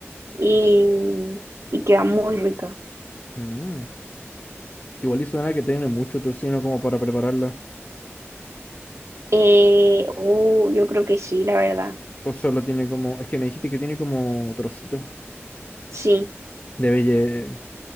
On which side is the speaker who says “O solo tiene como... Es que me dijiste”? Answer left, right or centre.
Left